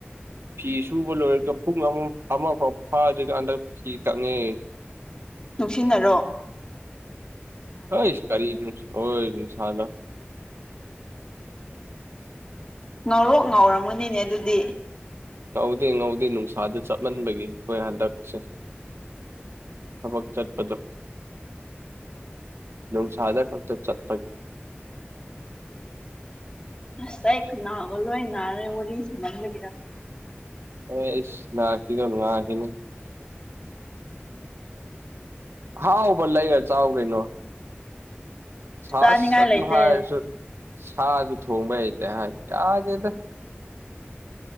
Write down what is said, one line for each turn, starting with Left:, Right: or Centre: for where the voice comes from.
Right: ꯐꯤ ꯁꯨꯕ ꯂꯣꯏꯔꯒ ꯄꯨꯡ ꯑꯃ ꯐꯥꯎ ꯐꯥꯗ꯭ꯔꯤꯀꯥꯟꯗ ꯐꯤ ꯀꯛꯉꯦ
Left: ꯅꯨꯡꯁꯤꯟꯅꯔꯣ
Right: ꯍ ꯏ ꯏꯁꯀꯔꯤ ꯁꯅ
Left: ꯉꯧꯔꯣ ꯉꯥꯎꯔꯝꯒꯅꯤꯅꯦ ꯑꯗꯨꯗꯤ
Right: ꯉꯧꯗꯦ ꯉꯧꯗꯦ ꯅꯨꯡꯁꯥꯗ ꯆꯞꯃꯟꯕꯒꯤ ꯑꯩꯈꯣꯏ ꯍꯟꯗꯛꯁꯦ ꯊꯕꯛ ꯆꯠꯄꯗꯣ ꯂ ꯁꯥꯏꯗ ꯈꯛꯇ ꯆꯠꯄꯒꯤ
Left: ꯑꯁ ꯑꯩꯅꯥꯑꯒ ꯂꯣꯏ ꯅꯥꯔꯦ ꯋꯥꯔꯤ ꯁꯝꯍꯟꯕꯒꯤꯔ
Right: ꯑꯩ ꯅꯅꯥ ꯀ ꯊꯅꯅꯨꯡ ꯑ ꯀꯅ ꯍꯥꯎꯥꯎ ꯜꯂꯏꯒ ꯆꯥꯎ ꯀꯩꯅꯩꯅꯣ ꯁꯥꯁ
Left: ꯆꯥꯅꯤꯡꯉꯥꯏ
Right: ꯑꯗꯨ
Left: ꯂꯩꯇꯦ
Right: ꯍꯥꯏꯁꯨ ꯁꯥꯁꯨꯨ ꯊꯣꯡꯃꯦꯇꯦ ꯌꯥꯒꯦꯗ